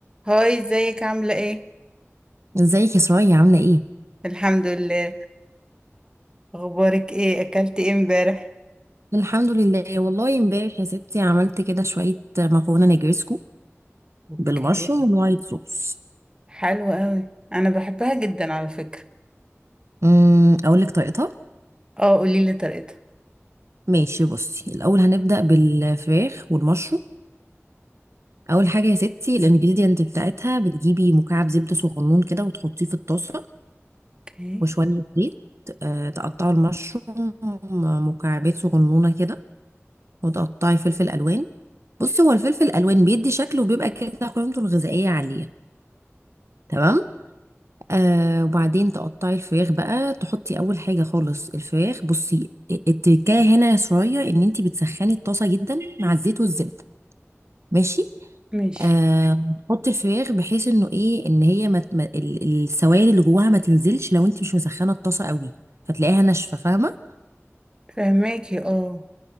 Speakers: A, on the right; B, on the right.
A: هاي ازيك عاملة ايه؟
B: ازيك يا سرايا عاملة ايه؟
A: الحمد لله اخبارك ايه؟ اكلت ايه امبارح؟
B: الحمد لله والله امبارح يا ستي عملت كده شوية مكرونة نجرسكو
A: اوكي
B: بالمشروم والوايت صوص
A: حلو قوي انا بحبها جدا على فكرة
B: امم اقول لك طريقتها
A: اه قوليلي طريقتها
B: ماشي بصي الاول هنبدأ بالفراخ والمشروم اول حاجة يا ستي الانجريدينت بتاعتها بتجيبي مكعب زبدة صغنون كده وتحطيه في الطاسة
A: اوكي
B: وشوية زيت آه، تقطعوا المشروم مكعبات صغنونة كده وتقطعي فلفل الوان بصي هو الفلفل الالوان بيدي شكل وبيبقى كده قيمته الغذائية عالية تمام آه وبعدين تقطعي الفراخ بقى تحطي اول حاجه خالص الفراخ بصي التكايه هنا شويه ان انت بتسخني الطاسه جدا مع الزيت والزبده ماشي
A: ماشي
B: آه تحطي الفراخ بحيث انه ايه ان هي ما ت- ما- ال- السوائل اللي جواها ما تنزلش لو انت مش مسخنه الطاسه قوي فتلاقيها ناشفه فاهمه
A: فهماكي اه